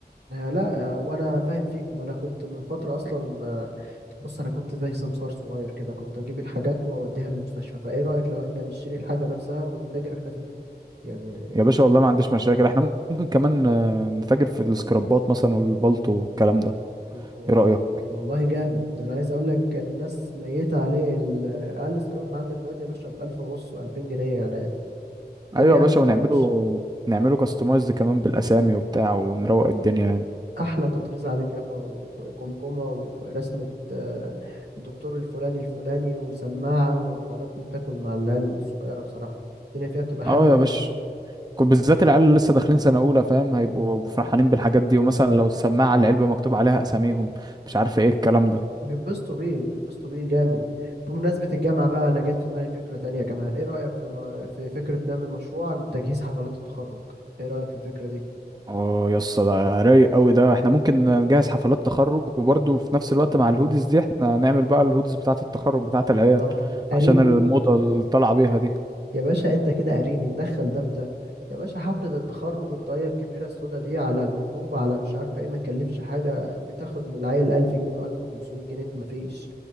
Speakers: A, on the right (about 75°); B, on the right (about 25°).
A: آه، لا آه، وانا فاهم فيهم انا كنت من فتره اصلا آه، بص انا كنت زي سمسار صغير كده كنت اجيب الحاجات واوديها المستشفى فايه رايك لو احنا نشتري الحاجه نفسها ونتاجر احنا فيها يعني
B: يا باشا والله ما عنديش مشاكل احنا ممكن كمان آه، نتاجر في السكرابات مثلا والبلطو والكلام ده
A: وال-
B: ايه رأيك
A: والله جامد ده انا عايز اقول لك الناس ميته عليه ال- اقل سكراب عندك دلوقتي يا باشا ب 1000 ونص 2000 جنيه يعني
B: ايوه
A: الدنيا
B: يا باشا ونعمله
A: وحشه
B: نعمله كاستمايزد كمان بالاسامي وبتاع ونروق الدنيا يعني
A: احلى تطريز عليك يابا وجمجمه ورسمه آه، الدكتور الفلاني الفلاني وسماعه والحوارات دي بتاكل مع العيال الصغيره بصراحه الدنيا فيها بتبقى حلوه
B: اه يا
A: يعني
B: باشا كنت بالذات العيال اللي لسه داخلين سنة أولى فاهم هيبقوا فرحانين بالحاجات دي ومثلا لو السماعة العلبة مكتوب عليها أساميهم مش عارف ايه الكلام ده
A: بيتبسطوا بيه بيتبسطوا بيه جامد بمناسبه الجامعه بقى انا جت في دماغي فكره تانية كمان ايه رايك في م... في فكره نعمل مشروع عن تجهيز حفلات التخرج ايه رايك في الفكره دي
B: اه يا اسطى ده رايق قوي ده احنا ممكن نجهز حفلات تخرج وبرضه في نفس الوقت مع الهوديز دي احنا نعمل بقى الهوديز بتاعة التخرج بتاعة العيال
A: طب اريني
B: عشان الموضة اللي طالعة بيها دي
A: يا باشا انت كده قاريني ندخل ده في ده يا باشا حفلة التخرج الطاقية الكبيرة السودا دي على الروبة على مش عارف ايه ما تكلفش حاجة بتاخد من العيل ألف جنيه وألف وخمسمية جنيه في مفيش